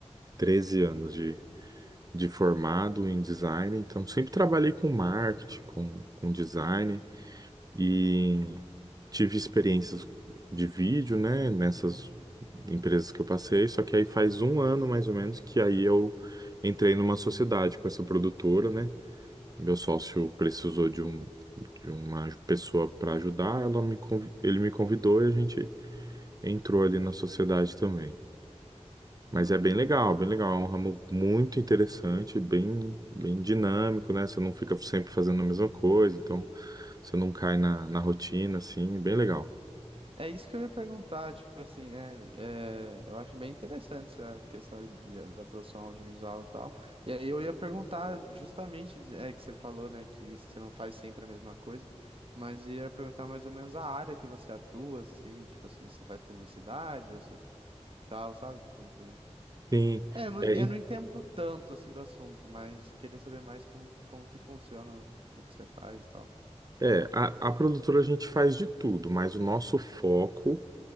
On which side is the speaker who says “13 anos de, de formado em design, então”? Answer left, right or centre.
Right